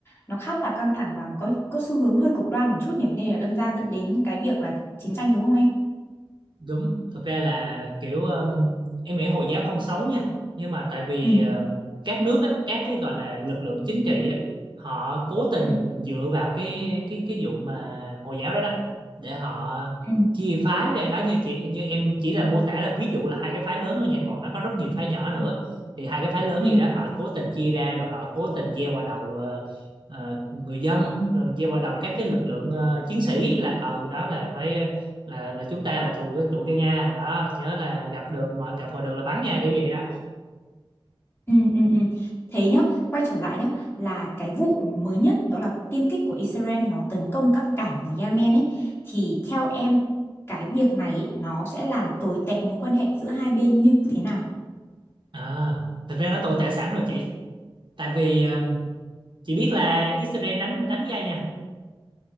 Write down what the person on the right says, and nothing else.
đúng thực ra là kiểu um, em nghĩ Hồi giáo không xấu nha nhưng mà tại vì
ờ, các nước đó các cái gọi là lực lượng chính trị á họ cố tình
dựa vào cái cái cái vụ mà Hồi giáo đó đó để họ
chia phái ra đó như chị như em chỉ là mô tả là ví dụ là hai cái phái lớn thôi nha còn nó có rất nhiều phái nhỏ nữa
thì hai cái phái lớn
gì đó họ cố tình chia ra rồi họ cố tình gieo vào đầu ờ, ờ, người dân rồi gieo vào đầu các
cái lực lượng ờ, chiến sĩ là ờ đó là phải là là chúng ta là thù cái tụi kia nha đó nhớ là gặp đường ngoài gặp ngoài đường là bắn nha kiểu vậy đó
à, thực ra nó tồi tệ sẵn rồi chị tại vì ờ, chị biết là Israel đánh đánh da nha